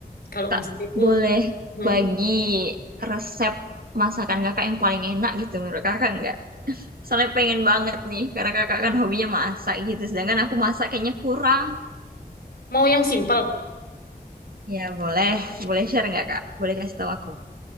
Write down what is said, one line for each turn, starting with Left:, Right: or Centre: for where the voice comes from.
Left: kalau
Right: Kak,
Left: masak itu
Right: boleh
Left: hmm,
Right: bagi resep masakan kakak yang paling enak gitu menurut kakak nggak? Soalnya pengen banget nih, karena kakak kan hobinya masak gitu. Sedangkan aku masak kayaknya kurang.
Left: mau yang simpel.
Right: Ya boleh, boleh share nggak kak? Boleh kasih tahu aku.